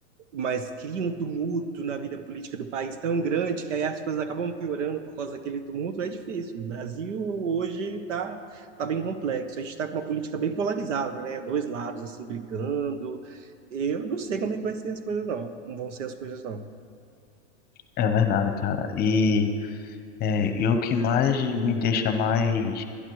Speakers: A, on the right; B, on the left.
A: mas cria um tumulto na vida política do país tão grande que aí as coisas acabam piorando por causa daquele tumulto, é difícil. O Brasil hoje está tá bem complexo. A gente está com uma política bem polarizada, né? Dois lados assim brigando. Eu não sei como é que vai ser as coisas, não. Como vão ser as coisas, não.
B: É verdade, cara. E é, e o que mais me deixa mais